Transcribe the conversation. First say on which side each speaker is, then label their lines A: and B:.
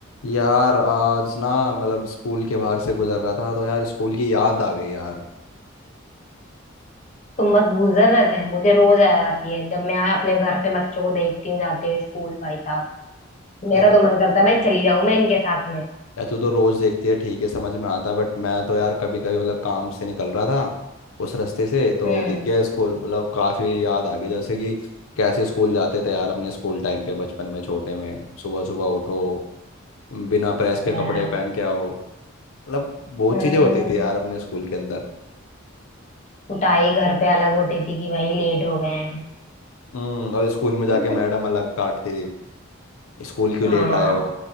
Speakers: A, on the left; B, on the left.
A: यार आज ना मतलब स्कूल के बाहर से गुजर रहा था तो यार स्कूल की याद आ गई यार
B: तुम बस गुजर रहे थे मुझे रोज याद आती है जब मैं अपने घर से बच्चों को देखती हूँ जाते हुए स्कूल भाई साहब
A: अरे
B: मेरा तो मन करता है भाई चली जाऊं मैं इनके साथ में
A: यार तू तो रोज देखती है ठीक है समझ में आता है, बट मैं तो यार कभी कभी मतलब काम से निकल रहा था उस रास्ते से तो
B: हम्म
A: दिख गया स्कूल मतलब काफी याद आ गई जैसे कि कैसे स्कूल जाते थे यार अपने स्कूल टाइम पे बचपन में छोटे में सुबह सुबह उठो बिना प्रेस
B: वो
A: के
B: तो
A: कपड़े
B: यार
A: पहन के आओ मतलब बहुत
B: हम्म
A: चीजें होती थी यार अपने स्कूल के अंदर
B: कुटाई घर पे अलग होती थी कि भाई लेट हो गए हैं
A: हम्म और स्कूल में जाके
B: <laughs>
A: मैडम अलग काटती थी स्कूल क्यों
B: हाँ
A: लेट आए हो